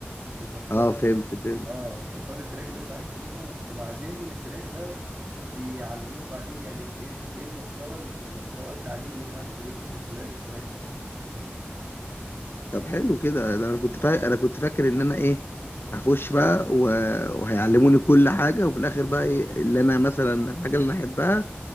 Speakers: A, on the right (about 45°); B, on the left (about 60°).
A: بتختار
B: اه
A: الت...
B: فهمت فهمت
A: اه بتختار التراك اللي انت عايز تروحه وبعدين من التراك ده بيعلموك بعدين يعني ايه ال- ايه المحتوى المحتوى التعليمي اللي انت هتدرسه في خلال التراك ده
B: طب حلو كده ده انا كنت طيب انا كنت فاكر ان انا ايه هخش بقى و... وهيعلموني كل حاجه وفي الاخر بقى إيه اللي انا مثلا الحاجه اللي انا احبها